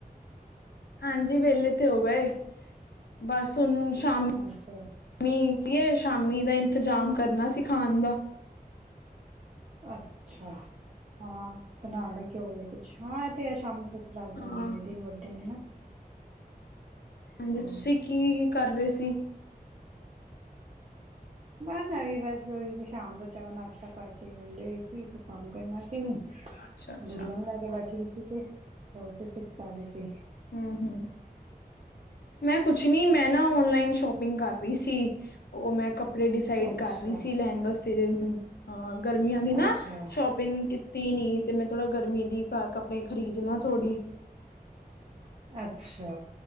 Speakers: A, on the left (about 85°); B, on the right (about 40°).
A: ਹਾਂਜੀ, ਵਿਹਲੇ ਤੇ ਹੋ ਗਏ ਬਸ ਹੁਣ ਸ਼ਾਮ।
B: ਅੱਛਾ।
A: <inaudible> ਕੀ ਸ਼ਾਮੀ ਦਾ ਇੰਤਜ਼ਾਮ ਕਰਨਾ ਸੀ ਖਾਣ ਦਾ।
B: ਅੱਛਾ, ਹਾਂ ਬਣਾਉਣ ਲੱਗੇ ਹੋਏ ਕੁਛ ਹਾਂ, ਤੇ ਆ ਸ਼ਾਮ। ਭੁੱਖ ਲੱਗ
A: ਹਾਂ
B: ਜਾਂਦੀ ਹੈ, ਦਿਨ ਵੱਡੇ ਨੇ ਨਾ।
A: ਹਾਂਜੀ,
B: ਹੋਰ
A: ਤੁਸੀਂ ਕੀ ਕਰ ਰਹੇ ਸੀ।
B: ਬਸ ਐ ਵੀ ਬਸ ਕੋਈ ਸ਼ਾਮ ਦਾ ਚਾ ਨਾਸ਼ਤਾ ਕਰਕੇ ਵੇਲੀ ਹੋਈ ਸੀ ਕੰਮ ਕਰਨਾ ਸੀ ਹੁਨ
A: ਅੱਛਾ ਅੱਛਾ
B: ਗੁੜੀਆਂ ਵੀ ਲੈ ਕੇ ਬੈਠੀ ਹੋਈ ਸੀ, ਤੇ ਹੋਰ ਤੁਸੀ ਕੀ ਕਰਦੇ ਸੀ।
A: ਹੂੰ-ਹੂੰ। ਮੈਂ ਕੁਛ ਨੀ ਮੈਂ ਨਾ ਓਨਲਾਈਨ ਸ਼ੋਪਿੰਗ ਕਰ ਰਈ ਸੀ ਓ ਮੈਂ ਕੱਪ ਕੱਪੜੇ ਡਿਸਾਈਡ
B: ਅੱਛਾ,
A: ਕਰ ਰੀ ਸੀ ਲੈਣ ਵਾਸਤੇ ਹੁਨ ਗਰਮੀਆਂ ਦੀ ਨਾ
B: ਅੱਛਾ,
A: ਸ਼ੋਪ ਪਿੰਗ ਕੀਤੀ ਨੀ ਤੇ ਮੈਂ ਥੋੜਾ ਗਰਮੀ ਦੀ ਕ ਕੱਪੜੇ ਖ਼ਰੀਦ ਲਾਂ ਥੋੜ੍ਹੀ
B: ਅੱਛਾ।